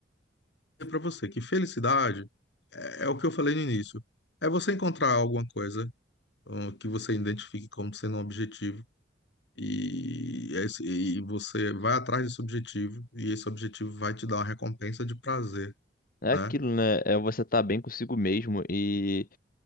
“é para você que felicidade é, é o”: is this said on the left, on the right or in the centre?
Left